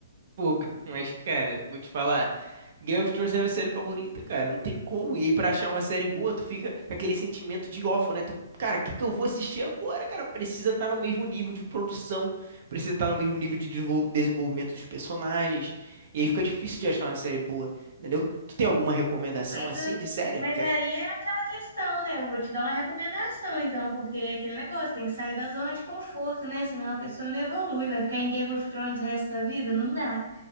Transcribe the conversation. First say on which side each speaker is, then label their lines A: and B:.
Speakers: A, on the right; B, on the right.
A: Pô, <laughs> mas cara, vou te falar. Game of Thrones é a minha série favorita, cara. Não tem como. E aí, pra achar uma série boa, tu fica com aquele sentimento de órfão, né? Tu, cara, o que que eu vou assistir agora, cara? Precisa estar no mesmo nível de produção, precisa estar no mesmo nível de desenvol- desenvolvimento dos personagens. E aí fica difícil de achar uma série boa, entendeu? Tu tem alguma recomendação
B: Mas,
A: assim
B: é,
A: de série?
B: mas
A: Já
B: aí
A: que,
B: é aquela questão, né? Eu vou te dar uma recomendação, então, porque é aquele negócio, tem que sair da zona de conforto, né? Senão a pessoa não evolui, vai ficar em Game of Thrones o resto da vida? Não dá.